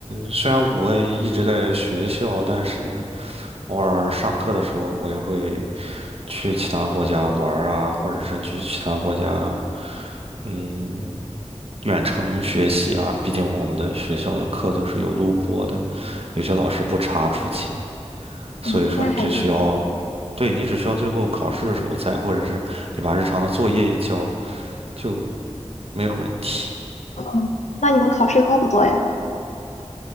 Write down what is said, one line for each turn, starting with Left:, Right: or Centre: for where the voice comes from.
Right: 虽然我也一直在学校，但是偶尔上课的时候，我也会去其他国家玩儿啊，或者是去其他国家，嗯。远程学习啊，毕竟我们的学校的课都是有录播的，有些老师不查出勤，所以说你只需要，
Left: 嗯，那还蛮好。
Right: 对，你只需要最后考试的时候在，或者是你把日常的作业一交，就没有问题。
Left: 嗯，那你们考试多不多呀？